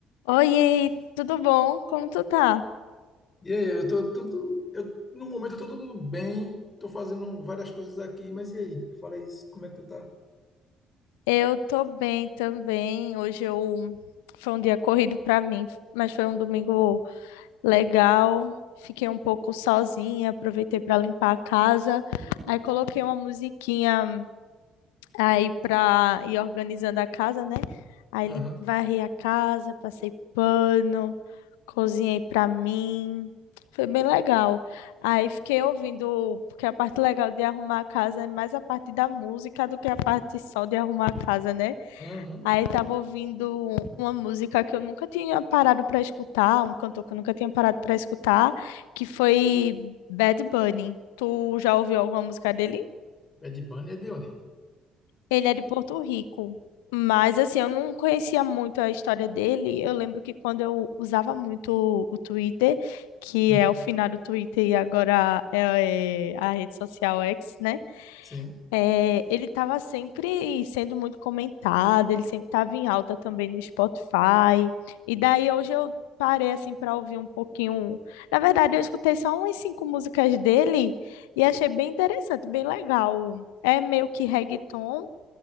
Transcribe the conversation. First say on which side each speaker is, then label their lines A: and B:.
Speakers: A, on the left (about 70°); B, on the left (about 30°).
A: Oi, tudo bom? Como tu tá?
B: E aí, eu tô tudo. Eu, no momento eu tô tudo bem, tô fazendo várias coisas aqui, mas e aí? Fala isso, como é que tu tá?
A: Eu tô bem também. Hoje eu foi um dia corrido pra mim, mas foi um domingo legal. Fiquei um pouco sozinha, aproveitei pra limpar a casa. Aí coloquei uma musiquinha Aí pra ir organizando a casa, né? Aí
B: Aham,
A: lim- varri a casa, passei pano, cozinhei pra mim. Foi bem legal. Aí fiquei ouvindo, porque a parte legal de arrumar a casa é mais a parte da música do que a parte só de arrumar a casa, né?
B: aham.
A: Aí tava ouvindo uma música que eu nunca tinha parado pra escutar, um cantor que eu nunca tinha parado pra escutar, que foi Bad Bunny. Tu já ouviu alguma música dele?
B: Bad Bunny é de onde?
A: Ele é de Porto Rico, mas assim, eu não conhecia muito a história dele. Eu lembro que quando eu usava muito o Twitter, que
B: Uhum,
A: é o finado Twitter e agora é, é a rede social X, né?
B: sim.
A: É, ele estava sempre sendo muito comentado, ele sempre estava em alta também no Spotify. E daí hoje eu parei assim para ouvir um pouquinho. Na verdade, eu escutei só umas cinco músicas dele e achei bem interessante, bem legal. É meio que reggaeton.